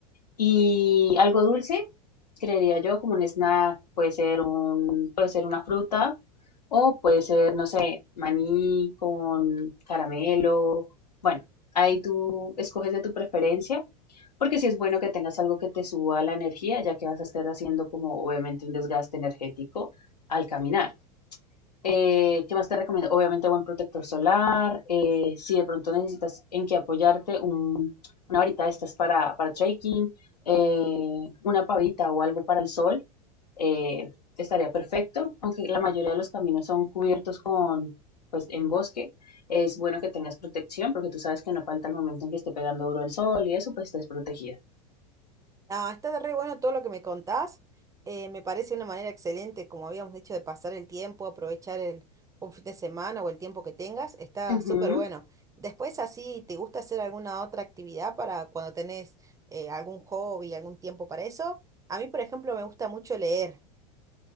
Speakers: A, on the left; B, on the right.
A: Y algo dulce, creería yo, como un snack, puede ser un, puede ser una fruta o puede ser, no sé, maní con caramelo. Bueno, ahí tú escoges de tu preferencia, porque sí es bueno que tengas algo que te suba la energía, ya que vas a estar haciendo como obviamente un desgaste energético al caminar. Eh, ¿qué más te recomiendo? Obviamente buen protector solar. eh, si de pronto necesitas en qué apoyarte, un- una varita de estas para, para trekking, eh, una pavita o algo para el sol, eh, estaría perfecto. Aunque la mayoría de los caminos son cubiertos con, pues, en bosque, es bueno que tengas protección porque tú sabes que no falta el momento en que esté pegando duro el sol y eso, pues, estés protegida.
B: Ah, está re bueno todo lo que me contás. Eh, me parece una manera excelente, como habíamos dicho, de pasar el tiempo, aprovechar el, un fin de semana o el tiempo que tengas. Está
A: Ujú.
B: súper bueno. Después, así, ¿te gusta hacer alguna otra actividad para cuando tenés eh, algún hobby, algún tiempo para eso? A mí, por ejemplo, me gusta mucho leer.